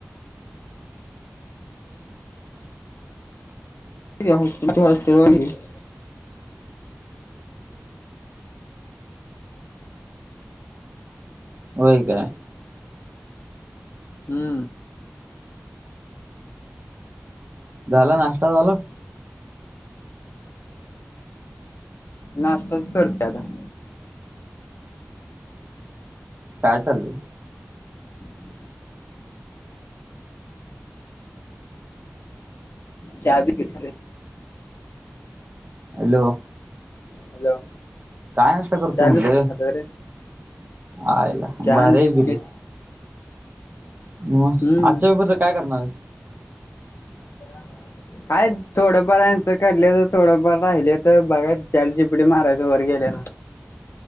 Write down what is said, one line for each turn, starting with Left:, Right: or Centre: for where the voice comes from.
Left: <unintelligible>
Right: होय का
Left: हम्म
Right: झाला नाश्टा झाला
Left: नाश्ताचं करतोय आता
Right: काय चाललंय
Left: <inaudible> चावी किती झाले
Right: हॅलो
Left: हॅलो
Right: काय नाश्ता करतोय
Left: चहा
Right: म्हणलं
Left: बिस्किट खातोय रे
Right: यायला
Left: चहा
Right: भारीय
Left: आणि बिस्किट
Right: किती मग
Left: हम्म
Right: आजच्या पेपरच काय करणारेस
Left: <unintelligible> काय थोडंफार अॅन्सर काढल्यातं थोडंफार राहिलेत बघायचं चाट जीपीटी मारायचं वर गेल्यानं